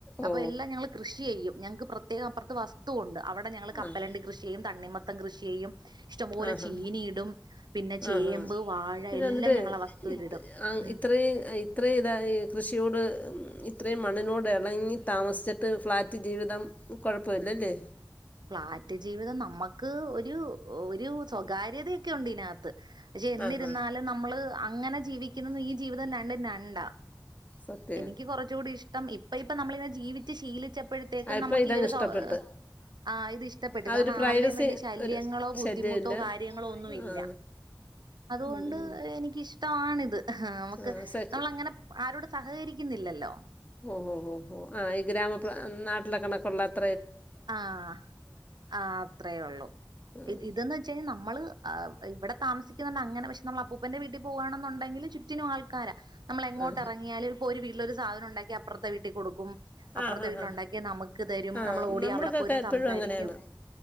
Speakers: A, on the left; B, on the right.
A: ഓ
B: അപ്പൊ എല്ലാം ഞങ്ങള് കൃഷി ചെയ്യും. ഞങ്ങക്ക് പ്രത്യേകം അപ്പുറത്ത് വസ്തു ഒണ്ട്. അവടെ ഞങ്ങള് കപ്പലണ്ടി
A: ആഹ്
B: കൃഷി ചെയ്യും തണ്ണിമ ത്തൻ കൃഷി ചെയ്യും. ഇഷ്ടംപോലെ
A: ആഹാ
B: ചീനിയിടും പിന്നെ ചേമ്പ്
A: ആഹാ
B: വാഴ
A: ഇതെന്താ
B: എല്ലാം ഞങ്ങളാ വസ്തുവിലിടും
A: ഇത്
B: ഉം
A: ഇത്രേം ഇത്രേ ഇതായി കൃഷിയോട് ഇത്രേം മണ്ണിനോട് എണങ്ങി താമസിച്ചിട്ട് ഫ്ളാറ്റ് ജീവിതം കൊഴപ്പവില്ലല്ലേ?
B: ഫ്ളാറ്റ് ജീവിതം നമ്മക്ക് ഒരു ഒരു സ്വകാര്യതൊക്കെയുണ്ട് ഇതിനാത്ത്. പക്ഷെ എന്നിരുന്നാലും
A: ആഹാ
B: നമ്മള് അങ്ങനെ ജീവിക്കുന്നതും ഈ ജീവിതോം രണ്ട് രണ്ടാ.
A: സത്യ
B: എനിക്ക് കുറച്ച് കൂടി ഇഷ് ടം ഇപ്പ ഇപ്പ നമ്മളിങ്ങനെ ജീവിച്ച് ശീലിച് ച്ചപ്പഴത്തേക്കും
A: അപ്പൊ
B: നമ്മക്ക്
A: ഇതങ്ങ്
B: ഈ ഒരു
A: ഇഷ്ടപ്പെട്ട്
B: സൗ ആ ഇത് ഇഷ്ടപ്പെട്ട്.
A: ആ
B: കാരണം
A: ഒരു പ്രൈവസി
B: ആരുടേം വല്ല്യ ശല്യങ്ങളോ
A: ഒരു ശല്യമില്ല
B: ബുദ്ധിമുട്ടോ കാര്യങ്ങളോ ഒന്നും ഇല്ല
A: ആ
B: അതുകൊണ്ട്
A: ഉം
B: എനിക്കിഷ്ടവാണിത്. ഹാ നമ്മക്ക്
A: ആ സെക്ക്
B: നമ്മളങ്ങനെ ആരോടും സഹകരിക്കുന്നില്ലല്ലോ.
A: ഓഹോ ഹോ ഹോ ആഹ് ഈ ഗ്രാമപ നാ നടക്കണ കൊള്ള
B: ആഹ് ആഹ് അത്രേയൊള്ളൂ
A: ഉം
B: ഇതന്ന് വെച്ചു കഴിഞ്ഞാ നമ്മള് ആഹ് ഇവിടെ താമസിക്കുന്നോണ്ടങ്ങനെ പക്ഷെ നമ്മളപ്പൂപ്പന്റെ വീട്ടി പോവ്വാണന്നൊണ്ടെങ്കില് ചുറ്റിനും ആൾക്കാരാ. നമ്മളെങ്ങോട്ടെറങ്ങിയാലും
A: ആ
B: ഇപ്പോ ഒരു വീട്ടിലൊരു സാധനം ഒണ്ടാക്കിയാ അപ്പറത്തെ വീട്ടി കൊടുക്കും. അപ്പറത്തെ
A: ആ ആ
B: വീട്ടിലൊണ്ടാക്കിയാ
A: ആ
B: നമ്മക്ക് തരും
A: ആ
B: നമ്മളോ
A: നമ്മുടെക്കൊക്കെ
B: അവിടപോയിരുന്നു
A: എപ്പോഴും
B: സംസാരിക്കും
A: അങ്ങനെയാണ്